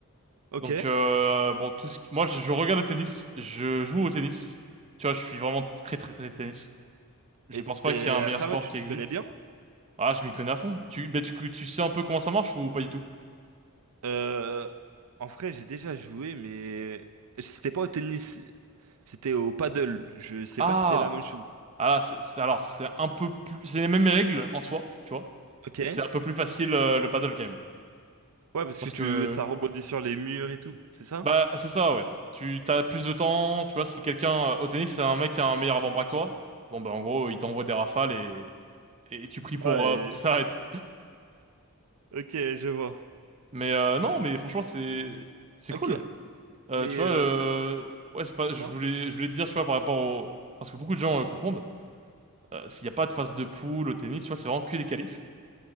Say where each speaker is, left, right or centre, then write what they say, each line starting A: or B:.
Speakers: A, on the right; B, on the right.
A: Ok.
B: Donc, euh, bon, tout ce qui- moi, je, je regarde le tennis. Je joue au tennis. Tu vois, je suis vraiment très, très, très tennis. Je
A: Et
B: pense pas
A: t'es...
B: qu'il y ait un meilleur
A: euh, ça
B: sport
A: va, tu
B: qui
A: t'y
B: existe.
A: connais bien?
B: Ah, je m'y connais à fond. Tu, ben, tu, tu sais un peu comment ça marche ou pas du tout?
A: Euh, en vrai, j'ai déjà joué, mais c'était pas au tennis, c'était au paddle. Je sais
B: Ah,
A: pas si c'est la même chose.
B: Ah là, c'est, c'est- alors, c'est un peu plus, c'est les mêmes règles en soi, tu vois,
A: Ok.
B: mais c'est un peu plus facile euh, le paddle quand même.
A: Ouais, parce
B: Parce
A: que tu,
B: que,
A: ça rebondit sur les murs et tout, c'est ça?
B: bah, c'est ça, ouais. Tu t'as plus de temps, tu vois, si quelqu'un, euh, au tennis, c'est un mec qui a un meilleur avant-bras que toi, bon, bah, en gros, il t'envoie des rafales et, et tu pries pour,
A: Ouais,
B: euh, pour que ça s'arrête.
A: ok, je vois.
B: Mais euh, non, mais franchement, c'est, c'est
A: Ok,
B: cool. Euh,
A: mais
B: tu vois,
A: euh,
B: euh,
A: par exemple,
B: ouais, c'est pas,
A: dis-moi.
B: je voulais, je voulais te dire, tu vois, par rapport au, parce que beaucoup de gens euh, confondent, euh, s'il n'y a pas de phase de poule au tennis, tu vois, c'est vraiment que des qualifs.